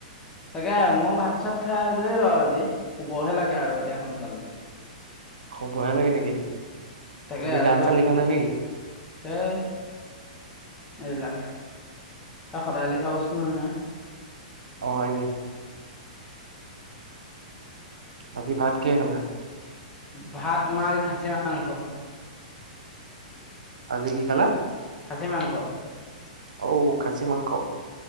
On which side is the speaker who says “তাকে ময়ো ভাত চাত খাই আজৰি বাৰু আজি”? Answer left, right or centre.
Left